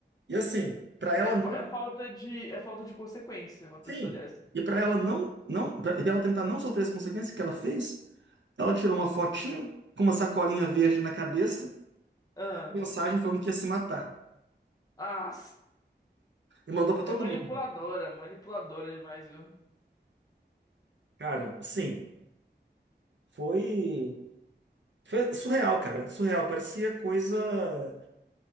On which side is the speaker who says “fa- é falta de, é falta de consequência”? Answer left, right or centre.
Left